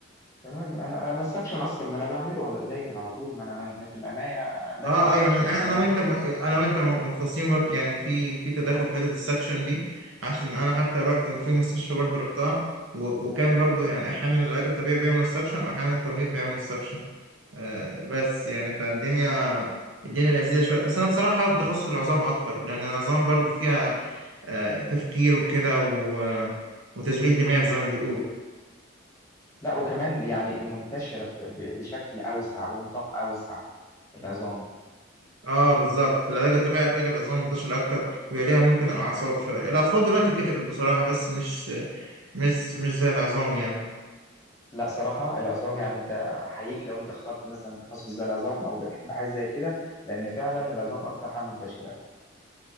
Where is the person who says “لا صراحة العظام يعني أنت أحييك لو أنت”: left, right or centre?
Left